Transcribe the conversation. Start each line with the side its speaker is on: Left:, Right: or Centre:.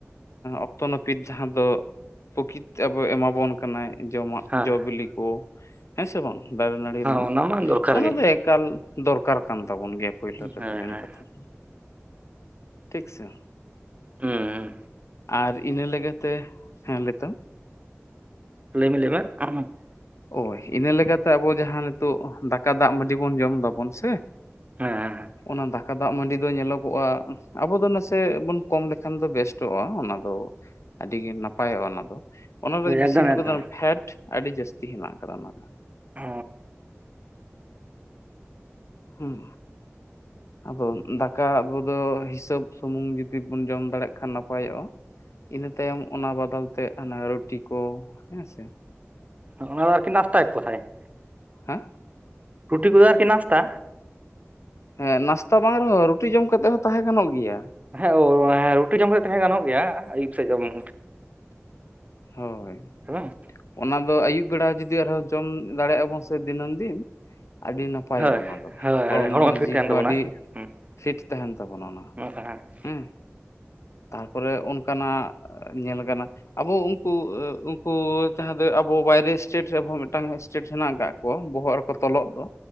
Left: ᱚᱠᱛᱚ ᱱᱟᱹᱯᱤᱛ ᱡᱟᱦᱟᱸ ᱫᱚ ᱯᱨᱚᱠᱤᱛ ᱟᱵᱚ ᱮᱢᱟᱵᱚᱱ ᱠᱟᱱᱟᱭ ᱡᱚᱢᱟᱜ᱾
Right: ᱦᱮᱸ
Left: ᱡᱚ ᱵᱤᱞᱤ ᱠᱚ, ᱦᱮᱸ ᱥᱮ ᱵᱟᱝ ᱫᱟᱨᱮ ᱱᱟᱹᱲᱤ ᱨᱮᱱᱟᱜ
Right: ᱚᱱᱟ ᱢᱟ ᱫᱚᱨᱠᱟᱨ
Left: ᱚᱱᱟ
Right: ᱜᱮ
Left: ᱫᱚ ᱮᱠᱟᱞ ᱫᱚᱨᱠᱟᱨ ᱠᱟᱱ ᱛᱟᱵᱚᱱ ᱜᱮᱭᱟ ᱯᱳᱭᱞᱳ ᱨᱮᱫᱚ
Right: ᱦᱮᱸ
Left: ᱢᱮᱱ
Right: ᱦᱮᱸ
Left: ᱠᱟᱛᱷᱟ ᱫᱚ᱾ ᱴᱷᱤᱠ ᱥᱮ,
Right: ᱦᱩᱸ ᱦᱩᱸ
Left: ᱟᱨ ᱤᱱᱟᱹ ᱞᱟᱹᱜᱤᱫ ᱾ ᱛᱮ ᱦᱮᱸ ᱞᱮᱛᱚᱜ
Right: ᱞᱟᱹᱭᱢᱮ ᱞᱟᱹᱭ ᱢᱮ <unintelligible>
Left: ᱳᱭ ᱤᱱᱟᱹ ᱞᱮᱠᱟᱛᱮ ᱟᱵᱚ ᱡᱟᱦᱟᱸ ᱱᱤᱛᱳᱜ ᱫᱟᱠᱟ ᱫᱟᱜ ᱢᱟᱹᱰᱤ ᱵᱚᱱ ᱡᱚᱢ ᱫᱟᱵᱚᱱ ᱥᱮ᱾
Right: ᱦᱮᱸ ᱦᱮᱸᱮᱸ,
Left: ᱚᱱᱟ ᱫᱟᱠᱟ ᱫᱟᱜ ᱢᱟᱹᱰᱤ ᱫᱚ ᱧᱮᱞᱚᱜᱚᱜᱼᱟ, ᱟᱵᱚ ᱫᱚ ᱱᱟᱥᱮ ᱵᱚᱱ ᱠᱚᱢ ᱞᱮᱠᱷᱟᱱ ᱫᱚ ᱵᱮᱥᱴᱚᱜᱼᱟ ᱚᱱᱟ ᱫᱚ᱾ ᱟᱹᱰᱤ ᱜᱮ ᱱᱟᱯᱟᱭᱚᱜᱼᱟ ᱚᱱᱟ ᱫᱚ᱾ ᱚᱱᱟᱨᱮ ᱵᱮᱥᱤ
Right: ᱮᱠᱫᱚᱢ ᱮᱠᱫᱚᱢ
Left: ᱯᱷᱮᱰ ᱟᱹᱰᱤ ᱡᱟᱹᱥᱛᱤ ᱦᱮᱱᱟᱜ ᱟᱠᱟᱫᱟ ᱚᱱᱟ ᱫᱚ᱾
Right: ᱚ
Left: ᱦᱩᱸ ᱟᱫᱚ ᱫᱟᱠᱟ ᱟᱵᱚ ᱫᱚ ᱦᱤᱥᱟᱹᱵ ᱥᱩᱢᱩᱝ ᱡᱩᱫᱤ ᱵᱚᱱ ᱡᱚᱢ ᱫᱟᱲᱮᱭᱟᱜ ᱠᱷᱟᱱ ᱱᱟᱯᱟᱭᱚᱜᱼᱟ᱾ ᱤᱱᱟᱹ ᱛᱟᱭᱚᱢ ᱚᱱᱟ ᱵᱟᱚᱫᱚᱞ ᱛᱮ ᱚᱱᱟ ᱨᱩᱴᱤ ᱠᱚ ᱦᱮᱸ ᱥᱮ᱾
Right: ᱚᱱᱟ ᱫᱚ ᱟᱨᱠᱤ ᱱᱟᱥ ᱛᱟᱭ ᱠᱚ ᱛᱟᱦᱮᱸᱟᱦᱮ,
Left: ᱦᱮᱸ
Right: ᱨᱩᱴᱤ ᱠᱚᱫᱚ ᱟᱨᱠᱤ ᱱᱟᱥᱛᱟ᱾
Left: ᱦᱮᱸ ᱱᱟᱥᱛᱟ ᱵᱟᱝ ᱨᱮᱦᱚᱸ ᱨᱩᱴᱤ ᱡᱚᱢ ᱠᱟᱛᱮᱫ ᱦᱚᱸ ᱛᱟᱦᱮᱸ ᱜᱟᱱᱚᱜ ᱜᱮᱭᱟ᱾
Right: ᱦᱮᱸ <unintelligible> ᱨᱩᱴᱤ ᱡᱚᱢ ᱠᱟᱛᱮ ᱛᱟᱦᱮᱸ ᱜᱟᱱᱚᱜ ᱜᱮᱭᱟ ᱟᱭᱩᱵ ᱥᱮᱫ ᱡᱚᱢ <inaudible>
Left: ᱦᱚᱭ᱾
Right: ᱦᱮᱵᱟᱝ?
Left: ᱚᱱᱟ ᱫᱚ ᱟᱹᱭᱩᱵ ᱵᱮᱲᱟ ᱡᱩᱫᱤ ᱟᱨᱦᱚᱸ ᱡᱚᱢ ᱫᱟᱲᱮᱜ ᱟᱵᱚᱱ ᱥᱮ ᱫᱤᱱᱟᱹᱢ ᱫᱤᱱ, ᱟᱹᱰᱤ ᱱᱟᱯᱟᱭᱚᱜᱼᱟ
Right: ᱦᱳᱭ
Left: ᱚᱱᱟ ᱫᱚ,
Right: ᱦᱳᱭ
Left: ᱦᱚᱲᱢᱚ
Right: ᱦᱳᱭ ᱯᱷᱤᱴ
Left: ᱡᱤᱣᱤ
Right: ᱛᱟᱦᱮᱱ
Left: ᱦᱚᱸ
Right: ᱛᱟᱵᱚᱱᱟ
Left: ᱟᱹᱰᱤ
Right: ᱦᱮᱸ
Left: ᱯᱷᱤᱴ ᱛᱟᱦᱮᱱ ᱛᱟᱵᱚᱱᱟ ᱚᱱᱟ᱾
Right: <unintelligible>
Left: ᱦᱮᱸ ᱛᱟᱨᱯᱚᱨᱮ ᱚᱱᱠᱟᱱᱟᱜ ᱧᱮᱞ ᱠᱟᱱᱟ ᱟᱵᱚ ᱩᱝ ᱩᱱᱠᱩ ᱩᱱᱠᱩ ᱡᱟᱦᱟᱸ ᱫᱚ ᱟᱵᱚ ᱵᱟᱭᱨᱮ ᱥᱴᱮᱴ ᱨᱮᱦᱚᱸ ᱢᱤᱫᱴᱟᱝ ᱥᱴᱮᱴ ᱦᱮᱱᱟᱜ ᱟᱠᱟᱫ <unintelligible> ᱵᱚᱦᱚᱜ ᱨᱮᱠᱚ ᱛᱚᱞᱚᱜ ᱫᱚ,